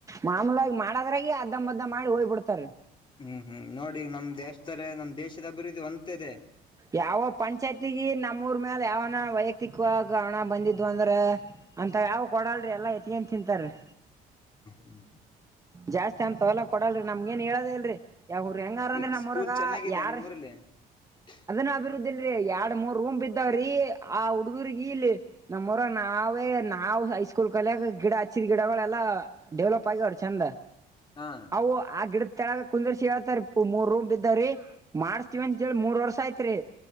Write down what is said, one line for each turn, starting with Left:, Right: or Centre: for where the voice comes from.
Right: ಮಾಮೂಲಾಗಿ ಮಾಡದ್ರಾಗ ಅದ್ದಂಬದ್ದ ಮಾಡಿ ಹೋಗ್ಬ ಬಿಡ್ತಾರ
Left: ಹ್ಮ್ ಹ್ಮ್ ನೋಡಿ ನಮ್ ದೇಶಾರೆ ನಮ್ ದೇಶದ ಅಭಿವೃದ್ಧಿ ಒಂತದೆ
Right: ಯಾವ ಪಂಚಾಯತಿಗ ನಮ್ಮೂಊರ್ ಮೇಾಲ ಯಾವನ ವೈಯಕ್ತಿಕವಾಗಿ ಹಣ ಬಂದಿದು ಅ ಂದ್ರ ಅಂತ ಯಾವ ಕೊಡಲ್ರಿ ಎಲ್ಲಾ ಎತ್ತಗನ್ ತಿಂತಾರರಿ
Left: ಹ್ಮ್
Right: ಜಾಸ್ತಿ ಅಂತವಲ್ಲ ಕೊಡಲ್ರಿ ನಮಗಏನ್ ಹೇಳೋದ ಇಲ್ರರಿ ಯಾವ ಹೆಂಗಾರಂದ್ರಿ
Left: ಈಗ
Right: ನಮ್ರಗ
Left: ಸ್ಕೂಲ್ ಚೆನ್ನಾಗಿದ್ಯಾ
Right: ಯಾರ್
Left: <unintelligible>
Right: ಅಭಿವೃದ್ಧಿ ಇಲ್ರಿ ಎರಡ್ ಮೂರ್ ರೂಮ್ ಇದ್ದಾವ್ರೀ ಆ ಹುಡುಗರ್ ಇಲ್ಲಿ ನಮ್ಮರ ನಾವೇ ನಾವವು ಹೈಸ್ಕೂಲ್ ಕಲ್ಯಾಗ ಗಿಡ ಹಚ್ಚಿದ್ ಗಿಡಗಳೆಲ್ಲಾ ಡೆವಲಪ್ ಆಗ್ಯವ್್ರ ಚಂದ
Left: ಹಾ
Right: ಅವು ಆ ಗಿಡದ ತಳಗ ಕು <unintelligible> ಹೇಳ್ತಾರ ಮೂರ್ ರೂಮ್ ಬಿದ್ದಾವ್ರೀ ಮಾಡ್ಸ್ತಿವವಿ ಅಂತೇಳಿ ಮೂರ್ ವರ್ಷ ಯತ್ರಿ